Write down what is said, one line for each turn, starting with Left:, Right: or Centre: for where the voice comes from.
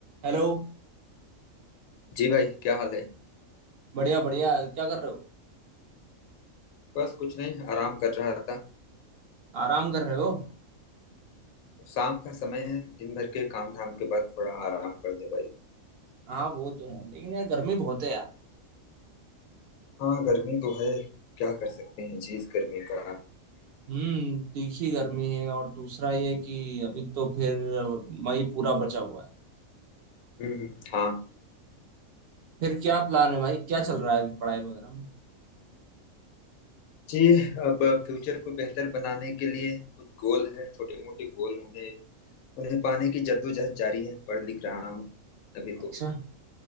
Right: हेलो
Left: जी भाई क्या हाल है
Right: बढ़िया बढ़िया क्या कर रहे हो
Left: बस कुछ नहीं आराम कर रहा था
Right: आराम कर रहे हो
Left: अब शाम का समय है दिन भर के काम धाम के बाद थोड़ा आराम कर ले भाई
Right: हाँ वो तो है लेकिन यार गर्मी बहुत है यार
Left: हाँ गर्मी तो है क्या कर सकते हैं जी इस गर्मी का
Right: हम्म तीखी गर्मी है और दूसरा ये कि अभी तो फिर मई पूरा बचा हुआ है
Left: हम्म हम्म, हाँ
Right: फिर क्या प्लान है भाई क्या चल रहा है अभी पढ़ाई वगैरह में
Left: जी अब फ्यूचर को बेहतर बनाने के लिए कुछ गोल है छोटे मोटे गोल होंगे उन्हें पाने की जद्दोजहद जारी है पढ़ लिख रहा हूँ अभी
Right: अच्छा
Left: तो